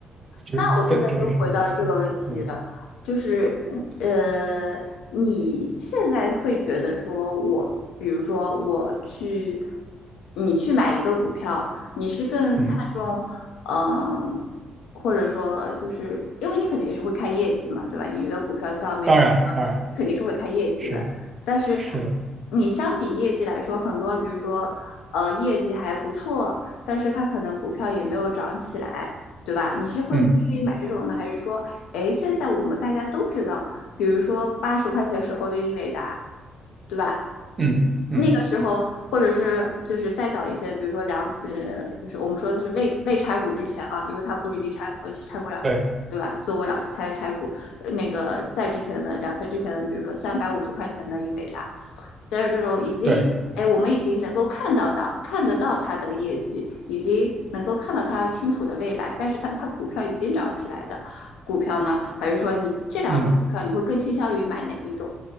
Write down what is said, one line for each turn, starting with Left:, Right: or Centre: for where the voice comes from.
Right: 就是真真的是这样，
Left: 那我现在就回到这个问题了，
Right: 嗯嗯，
Left: 就是嗯呃，你现在会觉得说我，比如说我去，你去买一个股票，你是更看重嗯、
Right: 嗯
Left: 或者说就是因为你肯定也是会看业绩嘛，对吧？你一个股票像美股，
Right: 当然当然
Left: 你肯定是会看业绩的，
Right: 是
Left: 但是
Right: 是的，
Left: 你相比业绩来说，很多比如说呃业绩还不错，但是它可能股票也没有涨起来。对吧？你是会愿意买这种呢，
Right: 嗯。
Left: 还是说，哎，现在我们大家都知道，比如说八十块钱时候的英伟达，对吧？
Right: 嗯嗯，
Left: 那个时候，或者是就是再早一些，比如说两呃，就是我们说的是未未拆股之前啊，因为他不是已经拆呃拆过了，
Right: 对
Left: 对吧？做过两次拆拆股，呃那个在之前的两次之前的，比如说三百五十块钱的英伟达，在这种已经，
Right: 对，
Left: 哎，我们已经能够看到到看得到它的业绩，已经能够看到它清楚的未来，但是它它股票已经涨起来的股票呢，还是说你这两种股票，
Right: 嗯。
Left: 你会更倾向于买哪一种？